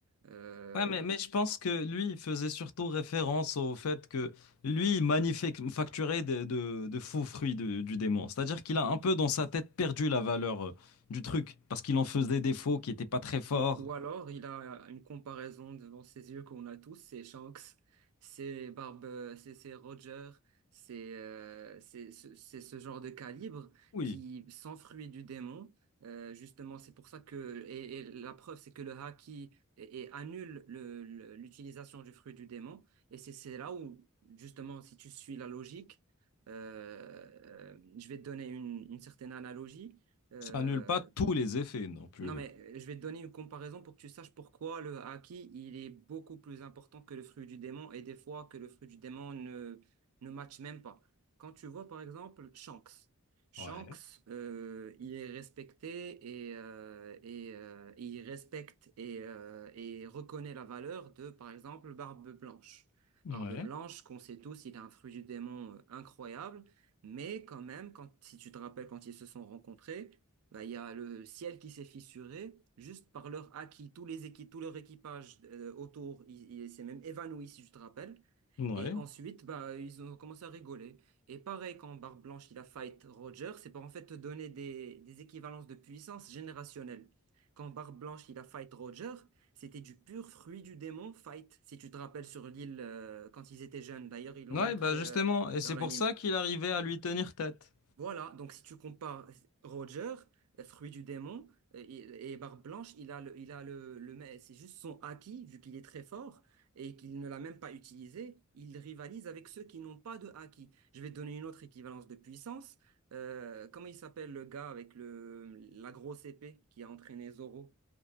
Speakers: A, on the right; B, on the left.
A: Euh,
B: Ouais, mais, mais je pense que lui, il faisait surtout référence au fait que lui, il manufacturait de, de, de faux fruits de- du démon. C'est-à-dire qu'il a un peu dans sa tête perdu la valeur euh, du truc, parce qu'il en faisait des faux qui n'étaient pas très forts.
A: Ou, ou alors, il a une comparaison devant ses yeux qu'on a tous, c'est Shanks, c'est Barbe, euh, c'est c'est Roger, c'est euh, c'est ce c'est ce genre de calibre
B: Oui,
A: qui s'enfuit du démon. Euh, justement, c'est pour ça que, et, et la preuve, c'est que le Haki et- et annule le- le- l'utilisation du fruit du démon. Et c'est c'est là où, justement, si tu suis la logique, euh, euh, je vais te donner une, une certaine analogie. Euh,
B: ça annule pas tous les effets non plus.
A: non, mais euh, je vais te donner une comparaison pour que tu saches pourquoi le haki, il est beaucoup plus important que le fruit du démon et des fois que le fruit du démon ne, ne matche même pas. Quand tu vois, par exemple, Shanks. Shanks,
B: Ouais,
A: euh, il est respecté et, euh, et, euh, et il respecte et, euh, et reconnaît la valeur de, par exemple, Barbe Blanche.
B: ouais.
A: Barbe Blanche, qu'on sait tous, il a un fruit du démon euh, incroyable, mais quand même, quand, si tu te rappelles quand ils se sont rencontrés, bah, il y a le ciel qui s'est fissuré juste par leur acquis. Tous les équipes, tout leur équipage euh, autour, il, il s'est même évanoui, si je te rappelle.
B: Ouais.
A: Et ensuite, bah, ils ont commencé à rigoler. Et pareil, quand Barbe Blanche, il a fight Roger, c'est pour en fait te donner des, des équivalences de puissance générationnelle. Quand Barbe Blanche, il a fight Roger, c'était du pur fruit du démon fight, si tu te rappelles sur l'île euh, quand ils étaient jeunes. D'ailleurs, ils l'ont
B: Ouais,
A: montré
B: bah justement,
A: euh,
B: et
A: dans
B: c'est
A: l'anime.
B: pour ça qu'il arrivait à lui tenir tête.
A: Voilà, donc si tu compares Roger, euh, fruit du démon, euh, et, et Barbe Blanche, il a le, il a le, le mais c'est juste son acquis, vu qu'il est très fort et qu'il ne l'a même pas utilisé, il rivalise avec ceux qui n'ont pas de acquis. Je vais te donner une autre équivalence de puissance. Euh, comment il s'appelle le gars avec le, la grosse épée qui a entraîné Zoro?